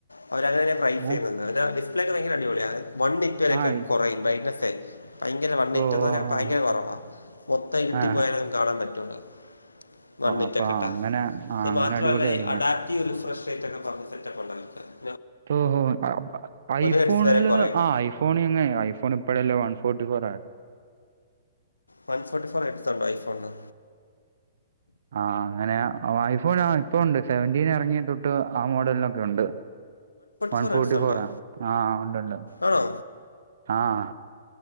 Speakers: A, on the left; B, on the right.
A: അവര് അങ്ങനെയ പ്രൈസ്
B: ഞാൻ
A: ചെയ്യുന്നത് അ ഡിസ്പ്ലേ ഒക്കെ ഭയങ്കര അടിപൊളിയ വൺറ്റ്വലൊക്കെ
B: ആ ഇ-
A: കുറയും <unintelligible> ഭയങ്കര വൺ
B: ഓ
A: ഏയ്റ്റെന്ന്
B: ഓ
A: എന്ന് വെച്ചാൽ
B: ആ
A: ഭയങ്കര കുറവാ മൊത്തം ഇരുട്ടിപ്പോയാലും
B: ആ
A: കാണാൻ പറ്റുള്ളൂ വൺ
B: അപ്പ
A: ഇറ്റ് ഒക്കെ ഇട്ടാ
B: അങ്ങനെ ആ
A: അത്
B: അങ്ങനെ
A: മാത്രമല്ലഈ
B: അടിപൊളിയായിരിക്കും
A: അഡാപ്റ്റീവ് റിഫ്രഷ് എന്നൊക്കെ പറഞ്ഞ സെറ്റപ്പണ്ടല്ലോ
B: ഓ ഓ ഐഫോണില്
A: ഹെഡ്സ് വരെ കുറയും
B: ആ ഐഫോ ഐഫോണിന്ന് ഐഫോൺ ഇപ്പഴല്ലേ വൺ ഫോർട്ടി ഫോർ ആയേ
A: വൺ ഫോർട്ടി ഫോർ എക്സ്ണ്ടോ ഐഫോണിനു
B: ആ അങ്ങനെ ഐഫോൺ ഇപ്പണ്ട് സെവൻ്റീൻ ഇറങ്ങിയ തൊട്ട് ആ മോഡലിനൊക്കെ ഉണ്ട് വൺ
A: ഫോർ
B: ഫോർട്ടി
A: ഹെഡ്സ് ഉണ്ടോ
B: ഫോറ ആ ആഹ ഉണ്ട്ണ്ട്
A: ആണോ
B: ആഹ